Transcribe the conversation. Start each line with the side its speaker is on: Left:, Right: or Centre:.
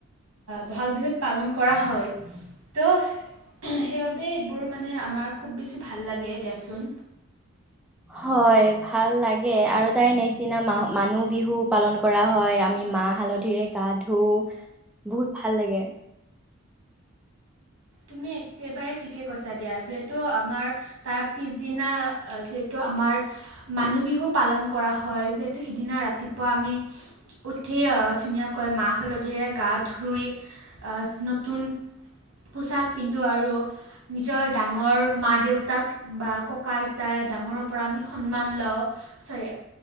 Right: বহাগ বিহুত পালন কৰা হয় ত সেইবাবে এইবোৰ মানে আমাৰ খুব বেছি ভাল লাগে দিয়াচোন।
Centre: হয় ভাল লাগে আৰু তাৰে নেক্স দিনা মা মানুহ বিহু পালন কৰা হয়, আমি। মাহ হালধিৰে গা ধু বহুত ভাল লাগে।
Right: তুমি একেবাৰে ঠিকে কৈছা দিয়া যিহেতু আমাৰ তাৰ পিছদিনা যিহেতু। আমাৰ মানুহ বিহু পালন কৰা হয়। যিহেতু সিদিনা ৰাতিপুৱা আমি উঠিয়ে। অহ ধুনীয়াকৈ মাহ-হলধিৰে গা ধুই অ' নতুন পোচাক পিন্ধো আৰু নিজৰ ডাঙৰ মা দেউতাক বা ককা আইতাই ডাঙৰ ডাঙৰৰ পৰা আমি সন্মান লওঁ চ'ৰি